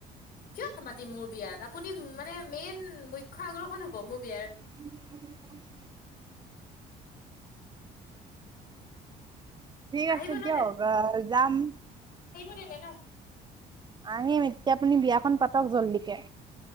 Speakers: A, on the left; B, on the right.
A: কিয় নামাতিম মোৰ বিয়াত আপুনি মানে মেইন মুখ্য আকৰ্ষণ হব মোৰ বিয়াৰ
B: উ <inaudible> ঠিক
A: আহিব
B: আছে
A: ন
B: দিয়ক অঁ যাম।
A: নে ন
B: আহিম এতিয়া আপুনি বিয়া খন- বিয়াখন পাতক জলদি কে।